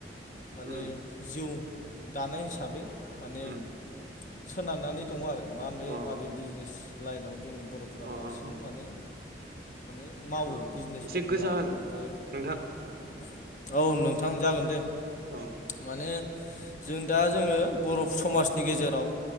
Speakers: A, on the left; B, on the right.
A: माने
B: उम
A: जिउ दानाय हिसाबै माने
B: उम
A: सोनारनानै दङ आरो माबे
B: अ
A: माबे बिजनेस लाइनाव जोंनि बर'फ्रा
B: अ
A: बांसिन
B: अ अ
A: माने माने मावो
B: अ
A: बिजनेसफोरखौ
B: एसे गोसा
A: मावो
B: होन
A: ओमफ्राय
B: नोंथां
A: औ नों थां जागोन दे
B: औ
A: माने जों दा जोङो बरफ समाजनि गेजेराव